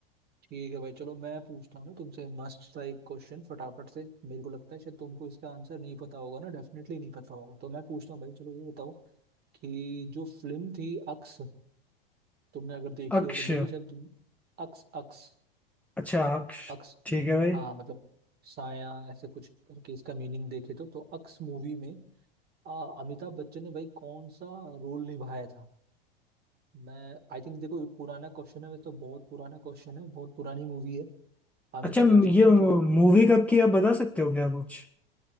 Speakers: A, on the right (about 35°); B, in the centre.
A: ठीक है भाई चलो मैं पूछता हूँ ना तुमसे मस्त सा एक क्वेश्चन फटाफट से मेरे को लगता है शायद तुमको इसका आंसर नहीं पता होगा ना डेफिनेटली नहीं पता होगा तो मैं पूछता हूँ भाई चलो ये बताओ कि जो फिल्म थी अक्स तुमने अगर देखी
B: अक्ष
A: हो तो मे भी शायद तुम अक्स अक्स
B: अच्छा अक्ष
A: अक्स
B: ठीक है भाई
A: हाँ मतलब साया ऐसे कुछ करके इसका मीनिंग देखे तो तो अक्स मूवी में आ, अमिताभ बच्चन ने भाई कौन सा रोल निभाया था मैं आई थिंक देखो ये पुराना क्वेश्चन है वैसे तो बहुत पुराना क्वेश्चन है बहुत पुरानी मूवी है अमिताभ
B: अच्छा
A: बच्चन
B: ये
A: की तो
B: मूवी कब की आप बता सकते हो क्या कुछ